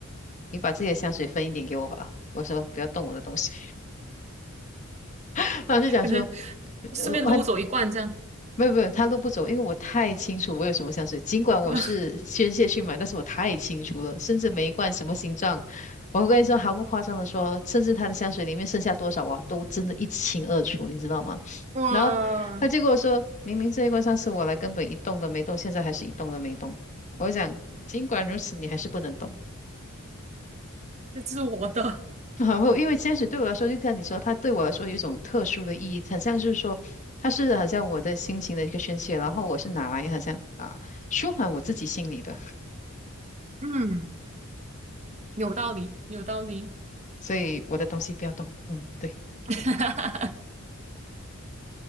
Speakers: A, on the left; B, on the right.
A: “你把自己的香水分一点给我吧。”我说：“不要动我的东西。<laughs>”然后就讲说：
B: 可能顺便撸走一罐这样。
A: “呃我没有没有，他路不走，因为我太清楚我有什么香水。尽管我是宣泄去买，
B: <laughs>
A: 但是我太清楚了，甚至每一罐什么形状，我跟你说毫不夸张的说，甚至他的香水里面剩下多少，哇，都真的一清二楚，你知道吗？
B: 哇，
A: 然后他就跟我说，明明这一罐上次我来根本一动都没动，现在还是一动都没动。我就讲，尽管如此，你还是不能动。
B: 这是我的，
A: <laughs> 然后，因为坚持对我来说，就像你说，它对我来说有一种特殊的意义，很像是说，它是好像我的心情的一个宣泄，然后我是拿来好像啊舒缓我自己心里的，
B: 嗯，有道理，有道理，
A: 所以我的东西不要动。嗯，对。
B: <laughs>